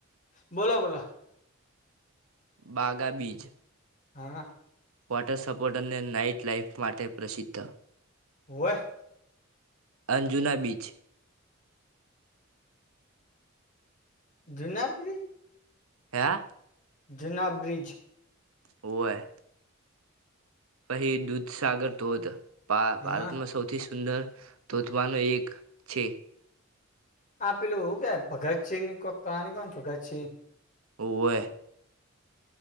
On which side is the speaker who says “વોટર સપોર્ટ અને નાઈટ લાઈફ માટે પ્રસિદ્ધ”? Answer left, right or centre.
Right